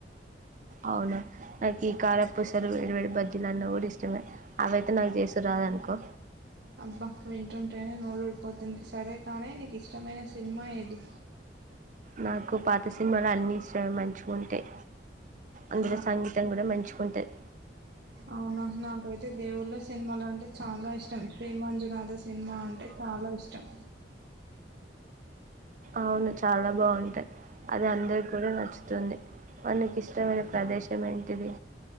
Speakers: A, on the right (about 45°); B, on the right (about 65°).
A: అవునా నాకు ఈ కారపూసలు వేడి వేడి బజ్జీలు అన్న కూడా ఇష్టమే అవయితే నాకు చేసేది రాదు అనుకో
B: అబ్బా వింటుంటేనే సరే కానీ నీకు ఇష్టమైన సినిమా ఏది
A: నాకు పాత సినిమాలు అన్నీ ఇష్టమే మంచిగా ఉంటాయి అందులో
B: ఆ
A: సంగీతం కూడా మంచుకుంటది
B: అవునా నాకైతే దేవుళ్ళ సినిమాలుంటే చాలా ఇష్టం శ్రీ మంజునాథ సినిమా అంటే చాలా ఇష్టం
A: అవును చాలా బాగుంటాయి అది అందరి కూడా నచ్చుతుంది నీకీ ఇష్టమైన ప్రదేశం ఏంటిది